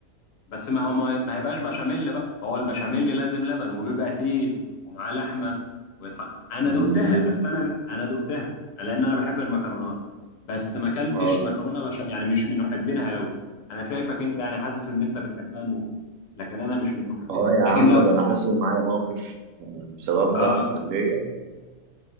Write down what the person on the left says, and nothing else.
بس ما هو ما ما هيبقاش بشاميل بقى هو البشاميل لازم لبن وبيبقى تقيل ومعاه لحمه ويتح... انا
دقتها بس انا انا دقتها لان انا بحب المكرونات بس ما اكلتش
مكرونه بش... يعني مش من محبينها قوي انا شايفك انت يعني حاسس ان انت بتحبها موت لكن انا مش من محبينها
لكن
لو
اه